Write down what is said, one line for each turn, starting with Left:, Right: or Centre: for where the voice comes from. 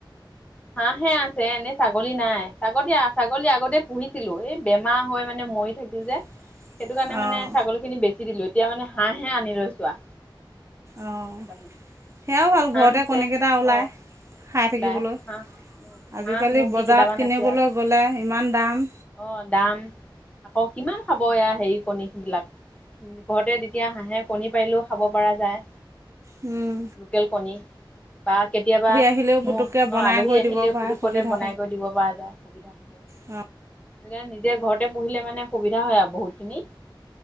Left: হাঁহ হে আছে এনে ছাগলী নাই ছাগলী, ছাগলী আগতে পুহিছিলোঁ। এই বেমাৰ হৈ মানে মৰি থাকিল যে
Right: <unintelligible>
Left: সেইটো কাৰণে
Right: অঁ
Left: মানে ছাগলীখিনি বেচি দিলোঁ এতিয়া মানে হাঁহে আনি লৈচো আ
Right: অ',
Left: কেইটামান
Right: সেয়াও ভাল
Left: হাঁহ
Right: ঘৰতে
Left: আছে
Right: কণীকেইটা ওলায়,
Left: অ
Right: খাই
Left: ওলাই
Right: থাকিবলৈ।
Left: হাঁহ
Right: আজিকালি
Left: হাঁহ মুৰ্গী
Right: বজাৰত
Left: কেইটামান
Right: কিনিবলৈ
Left: আছে আৰু
Right: গ'লে ইমান দাম।
Left: অ', দাম, আকৌ কিমান খাব এয়া হেৰি, কণীবিলাক। ঘৰতে তেতিয়া হাঁহে কণী পাৰিলেও খাব পৰা যায়।
Right: উম'।
Left: লোকেল কণী। বা কেতিয়াবা
Right: আহিলেও পুটুককৈ
Left: মো-
Right: বনাই
Left: অ', আলহী
Right: কৰি
Left: আহিলেও
Right: দিব পাৰে
Left: পুতুককণে
Right: সুবিধা
Left: বনাই কৰি দিব পৰা যায়, সুবিধা থাকে।
Right: অ'
Left: সেইকাৰণে নিজে ঘৰতে পুহিলে মানে সুবিধা হয় আৰু বহুত খিনি।